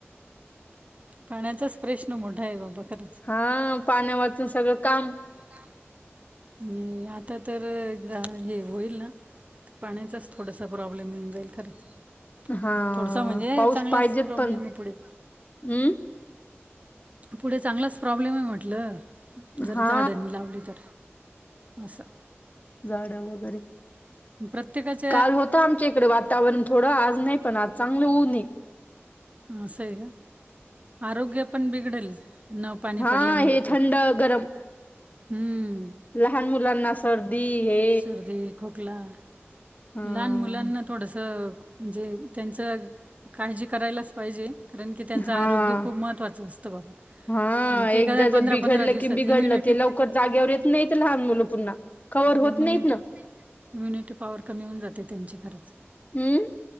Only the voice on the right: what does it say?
पाण्याचाच प्रश्न मोठाय बाबा खरंच.
का नाही आता तर हे होईल ना, पाण्याचाच थोडासा प्रॉब्लेम येऊन जाईल खरंच.
थोडासा म्हणजे
चांगलाच
प्रॉब्लेम
आहे पुढे
पुढे चांगलाच प्रॉब्लेमे म्हटलं. जर
झाडांनी लावली तर, असं.
प्रत्येकाचे
असंय का? आरोग्य पण बिघडेल. न पाणी
पडल्यामुळे
पण.
हम्म.
सर्दी, खोकला
लहान मुलांना थोडसं, म्हणजे त्यांचं काळजी करायलाच पाहिजे. कारण की, त्यांचं
आरोग्य खूप महत्त्वाचं असतं बाबा.
आणि ते
काय पंधरा
पंधरा दिवसात
इम्युनिटी
इम्युनिटी
इम्युनिटी पावर कमी होऊन जाते त्यांची खरंच,